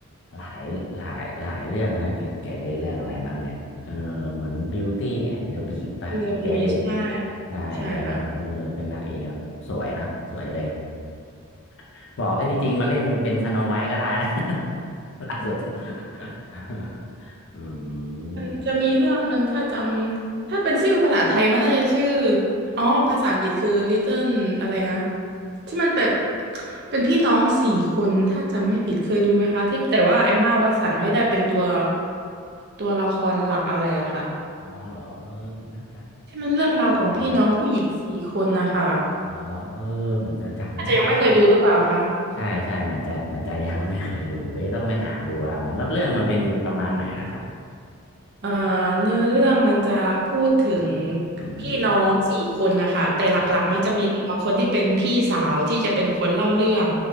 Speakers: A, on the left (about 55°); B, on the right (about 50°).
A: หลายหลายหลายเรื่องนะแกแกเล่นเรื่องอะไรบ้างเนี่ยเออเหมือน Beauty and the Beast หรือเปล่ะที่แกเล่น
B: เอ็มบีใช่
A: ใช่แกแบบเออเป็นนางเอกแบบสวยนะสวยเลย
B: ใช่ค่ะ
A: <laughs> บอกเอ้ยจริงๆมาเล่นเป็นสโนไวท์ก็ได้นะ <laughs> ล่าสุด <laughs> อื
B: มันจะมีเรื่องหนึ่งถ้าจำถ้าเป็นชื่อภาษาไทยมันน่าจะชื่อ
A: ม
B: อ๋อภาษาอังกฤษคือ Little อะไรนะที่มันแบบเป็นพี่น้องสี่คนถ้าจำไม่ผิดเคยดูไหมคะที่แต่ว่าเอมม่าวัตสันไม่ได้เป็นตัวตัวละครหลักอะไรอะค่ะ
A: อ๋อเหรอเออน่าจะ
B: ที่มันเรื่องราวของพี่น้องผู้หญิงสี่คนนะคะ
A: น่าจำไม่ได้ เหรอเออเหมือนจะจำไม่
B: อาจจะยังไม่เคยดูหรือเปล่าคะ
A: ใช่ใช่เหมือนจะเหมือนจะยังไม่เคยดูเอ้ยต้องไปหาดูละอ๋อแล้วเรื่องมันเป็นประมาณไหนล่ะครับ
B: เอ่อเนื้อเรื่องมันจะพูดถึง
A: อืมอืม
B: พี่น้องสี่คนนะคะแต่หลักๆมันจะมีตัวละคนที่เป็นพี่สาวที่จะเป็นคนเล่าเรื่อง
A: ครับ